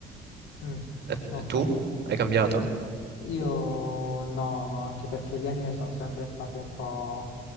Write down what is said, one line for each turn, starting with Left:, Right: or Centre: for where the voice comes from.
Left: Mm,
Right: E-
Left: ok.
Right: e tu? Hai cambiato?
Left: Io no, no, anche perché gli anime sono sempre stati un po',